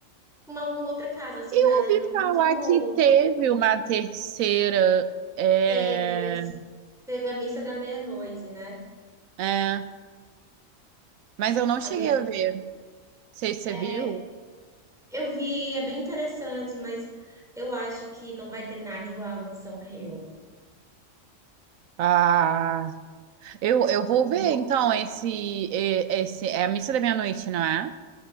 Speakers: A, in the centre; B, on the right.
A: com alguma outra casa assombrada.
B: Eu ouvi
A: Ele não
B: falar
A: continuou.
B: que teve uma terceira. É,
A: Teve, era isso, teve a missa da meia-noite, né?
B: é, mas eu não cheguei
A: A missa.
B: a ver. Sei se
A: É,
B: você viu.
A: eu vi, é bem interessante, mas eu acho que não vai ter nada igual a Mansão Hill.
B: Ah, eu, eu vou
A: Hum.
B: ver então esse, e- esse é a missa da meia-noite, não é?